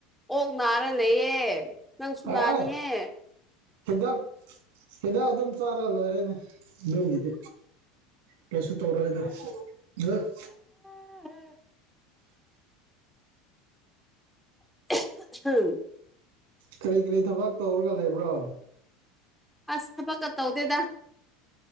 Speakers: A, in the centre; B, on the right (about 85°).
A: ꯑꯣꯛ ꯅꯥꯔ ꯂꯩꯌꯦ ꯅꯪꯁꯨ
B: ꯑꯥꯏ
A: ꯅꯥꯅꯤꯍꯦ
B: ꯍꯤꯗꯥꯛ ꯍꯤꯗꯥꯛ ꯑꯗꯨꯝ ꯆꯥꯔꯒ ꯂꯣꯏꯔꯦꯅꯦ ꯑꯗꯨꯒꯤꯗꯤ ꯀꯩꯁꯨ ꯇꯧꯔꯣꯏꯗ <unintelligible>
A: <unintelligible> <unintelligible>
B: ꯀꯔꯤ ꯀꯔꯤ ꯊꯕꯛ ꯇꯧꯔꯒ ꯂꯩꯕ꯭ꯔꯣ
A: ꯑꯁ ꯊꯕꯛꯀ ꯇꯧꯗꯦꯗ